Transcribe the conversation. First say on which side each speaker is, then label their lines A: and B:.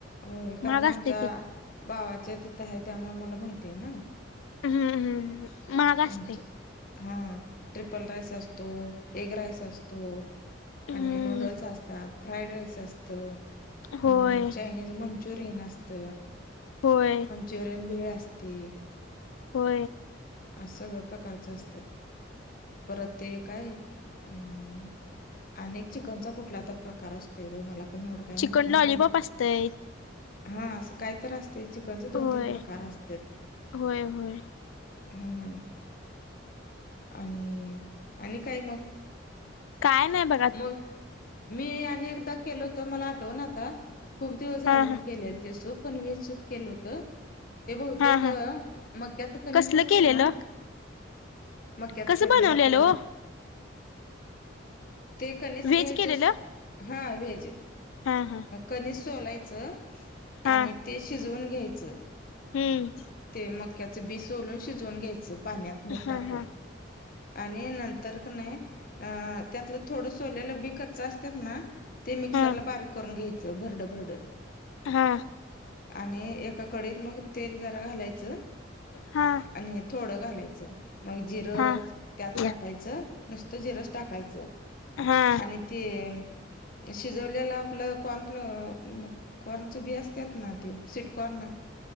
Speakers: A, on the left (about 45°); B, on the left (about 80°).
A: होय कारण
B: महाग
A: आमच्या
B: असते ते पण
A: भावाच्या तिथं आहे त्यामुळे मला माहिती आहे ना.
B: हम्मम महाग असते.
A: आमच्या हा ट्रिपल राईस असतो एग राईस असतो.
B: हम्म
A: आणि नूडल्स असतात फ्राईड राईस असत आणि
B: होय
A: आणि मंचुरियन असत.
B: होय.
A: जरण भेळ असते.
B: हो.
A: आ सगळं प्रकारच असत परत ते काय अम अ चिकनचा कुठला तर प्रकार असते व मला पण एवढं काय
B: चिकन
A: माहत नाही
B: लॉलीपॉप
A: आपण
B: असतय
A: हा असं काय तर असत चिकनचे
B: होय
A: दोन तीन प्रकार असत
B: होय होय
A: हा आणि आणि काय मग
B: काय नाही बघ
A: मग मी आणि एकदा केल होत मला आठवून आता खूप दिवस झालं
B: हा
A: मी
B: हा
A: केलेलं ते सूप पण वेज सूप केलं होतं ते बहते
B: हा
A: का
B: हा
A: मक्याच खनिज
B: कसलं
A: असते
B: केलेलं
A: ना मक्याचं
B: कसं
A: कणी
B: बनवलेलं
A: सापलं
B: हो
A: ते कनीिस
B: व्हेज
A: घ्यायचं
B: केलेलं
A: सु हां व्हेज
B: हा हा
A: कनीिज सोलायचं
B: हा
A: आणि ते शिजवून घ्यायचं
B: हम्म
A: ते मक्याचं बीस सोलून शिजवून घ्यायचं पाण्यात मीठ
B: हा
A: टाकून
B: हा
A: आणि नंतर का नाही अं त्यातलं थोडं सोलेलं बिकतच असतात ना ते मिक्सरला
B: हा
A: बारीक करून घ्यायचं भरड भरड
B: हा
A: आणि एका कडीत मग तेल जरा घालायचं
B: हा
A: आणि थोडं घालायचं मग जिरं
B: हा
A: त्यात
B: या
A: टाकायचं नुसतं जिरंच टाकायचं
B: हा
A: आणि ते शिजवलेलं आपलं कोणपलं कॉर्नचं बी असतात ना ते सिटकॉर्न